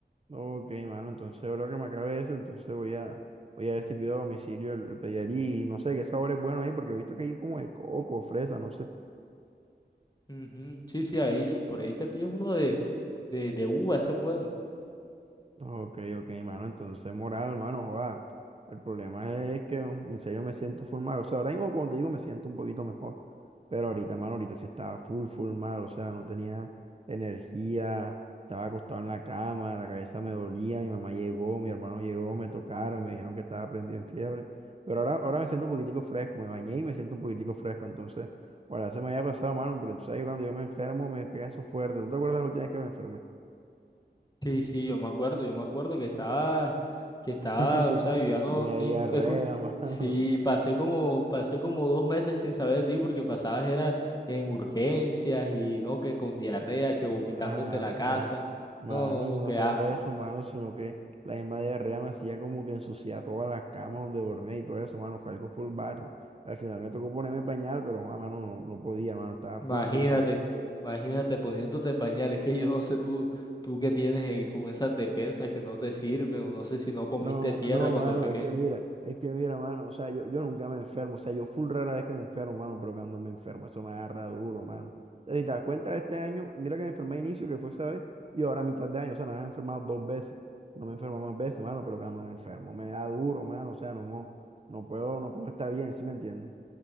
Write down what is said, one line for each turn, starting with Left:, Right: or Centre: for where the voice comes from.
Right: Ok, mano, entonces ahora que me acabe eso, entonces voy a, voy a ver si pido a domicilio el, el Pedialí y no sé qué sabor es bueno ahí, porque he visto que hay como de coco, fresa, no sé.
Left: Ujú, Sí, sí, ahí, por ahí te pides uno de, de, de uva, ese es bueno.
Right: Ok, ok, mano. Entonces, moral, mano, joda. El problema es que en serio me siento full mal. O sea, ahora mismo, como te digo, me siento un poquito mejor. Pero ahorita, mano, ahorita sí estaba full, full mal. O sea, no tenía energía. Estaba acostado en la cama, la cabeza me dolía. Mi mamá llegó, mi hermano llegó, me tocaron, me dijeron que estaba prendido en fiebre. Pero ahora, ahora me siento un poquitico fresco. Me bañé y me siento un poquitico fresco. Entonces, ahora se me había pasado, mano, porque tú sabes que cuando yo me enfermo me pega eso fuerte. ¿Tú te acuerdas la última vez que me enfermé?
Left: Sí, sí, yo me acuerdo, yo me acuerdo que estaba, que estaba,
Right: <laughs>
Left: o sea, yo ya no,
Right: Tenía
Left: ni,
Right: diarrea,
Left: escu-
Right: mano.
Left: sí, pasé como, pasé como dos meses sin saber de ti porque pasabas era en urgencias y no, que con diarrea, que vomitándote
Right: Ah,
Left: la casa,
Right: pues, mano,
Left: no, no,
Right: y
Left: no,
Right: no
Left: qué
Right: solo
Left: asco,
Right: eso, mano, sino que la misma diarrea me hacía como que ensuciar todas las camas donde dormía y todo eso, mano. Fue algo full barro. Al final me tocó ponerme pañal, pero, ah, mano, no, no podía, mano. Estaba
Left: imagínate,
Right: full, full mal.
Left: imagínate poniéndote pañales, que yo no sé tú, tú que tienes ahí con esas defensas que no te sirven, o no sé si no comiste
Right: No,
Left: tierra
Right: no,
Left: cuando
Right: mano,
Left: pequeño.
Right: es que mira, es que mira, mano, o sea, yo, yo nunca me enfermo, o sea, yo full rara vez que me enfermo, mano, pero cuando me enfermo, eso me agarra duro, mano. O sea, si te das cuenta, este año, mira que me enfermé a inicio, que fue esa vez, y ahora a mitad de año, o sea, nada, me he enfermado dos veces, no me enfermo más veces, mano, pero cuando me enfermo, me da duro, mano, o sea, no, no puedo, no puedo estar bien, ¿sí me entiendes?